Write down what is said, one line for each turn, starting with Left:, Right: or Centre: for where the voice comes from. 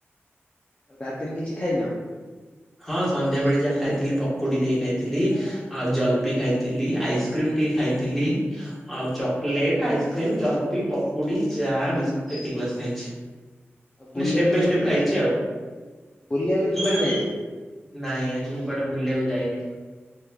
Left: ଆଉ ରାତିରେ କିଛି ଖାଇନ?
Centre: ହଁ ସନ୍ଧ୍ୟାବେେଳେ ଯାହା ଖାଇଥିଲି ପକୁଡି ଟିକେ ଖାଇଥିଲି ଆଉ ଜଲପି ଖାଇଥିଲି ଆଇସ୍କ୍ରିମ ଖାଇଥିଲି ଆଉ ଚକଲେଟ ଆଇସ୍କ୍ରିମ୍ ଜଲପି ପକୁଡି ଚା ବିସ୍କୁଟ ଏତିକି ବାସ ଖାଇଛି
Left: ଆଉ ବୁଲିବାକୁ
Centre: ନାଇଁ ସ୍ଟେପ ବାୟ
Left: କୁଆଡେ
Centre: ସ୍ଟେପ
Left: ଯାଇଥିଲ?
Centre: ଖାଇଛି ଆଉ
Left: ବୁଲିବାକୁ ଆଜି କୁଆଡେ
Centre: ମାନେ
Left: ଯାଇନ?
Centre: ନାଇଁ ଆଜି ମୁଁ କୁଆଡେ ବୁଲିବାକୁ ଯାଇନି